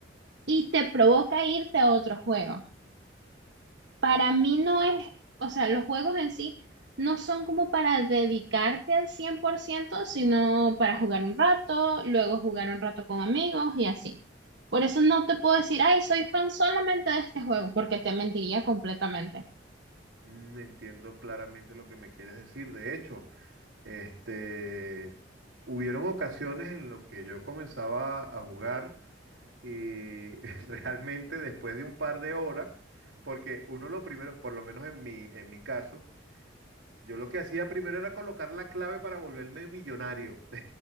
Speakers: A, on the right; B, on the right.
A: y te provoca irte a otro juego. Para mí no es, o sea, los juegos en sí no son como para dedicarte al 100%, sino para jugar un rato, luego jugar un rato con amigos y así. Por eso no te puedo decir, ay, soy fan solamente de este juego, porque te mentiría completamente.
B: Mm, entiendo claramente lo que me quieres decir. De hecho, este, hubieron ocasiones en las que yo comenzaba a jugar y <laughs> realmente después de un par de horas, porque uno lo primero, por lo menos en mi, en mi caso, Yo lo que hacía primero era colocar la clave para volverme millonario.